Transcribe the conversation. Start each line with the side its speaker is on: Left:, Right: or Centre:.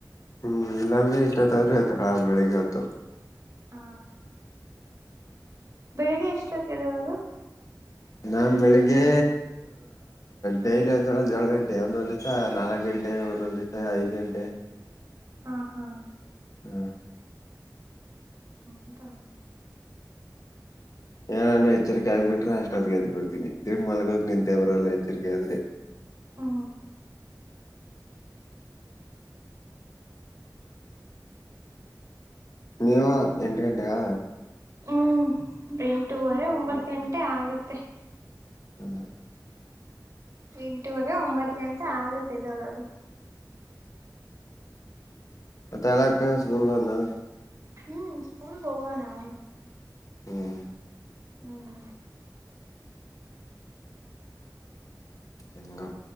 Left: ಹ್ಮ್ ಇಲ್ಲಾಂದ್ರೆ ಇಷ್ಟಲತ್ತ ಆದ್ರೆ ದಳ ಬೆಳಗ್ಗೆ ಆತ್ತುು
Right: ಹಾ ಬೆಳಿಗ್ಗೆ ಎಷ್ಟತ್ದೆೋಡದು
Left: ನಾನ ಬೆಳಿಗ್ಗೆ ಡೈಲಿ ಆದ ದೊಳ ಏಳು ಗಂಟೆ ಒಂದೊಂದು ದಿವ್ಸ ನಾಲ್ಕು ಗಂಟೆ ಒಂದೊಂದು ದಿವ್ಸ ಐದು ಗಂಟೆ
Right: ಹಾ ಹಾ
Left: ಹಾ
Right: ಹೌದಾ
Left: ಏನಾನು ಎಚ್ಚರಿಕೆ ಆಗ್ಬಿಟ್ರೆ ಅಷ್ಟೊತ್ಗೆದ್ಬಿಡ್ತೀನಿ ತಿ ಮಲಗೋಗ ನಿದ್ದೆವ್ರಲ್ಲ ಎಚ್ಚರಿಕೆ ಆದ್ರೆ
Right: ಹ್ಮ
Left: ನೀ ಎಂಟ ಗಂಟಗಾ
Right: ಹ್ಮ್ ಎಂಟುವರೆ ಒಂಬತ್ ಗಂಟೆ ಆಗತ್ತೆ
Left: ಹ್ಮ್
Right: ಎಂಟುವರೆ ಒಂಬತ್ ಗಂಟೆ ಆಗುತ್ತೆದೊಳದು
Left: ಪತ್ತಲಕ್ಕ ಸ್ಕೂಲ್ ಬ
Right: ಹ್ಮ್ ಸ್ಕೂಲ್ ಹೋಗಾನ ಅವನು
Left: ಹ್ಮ್
Right: ಹ್ಮ್
Left: ಹೆಂಗ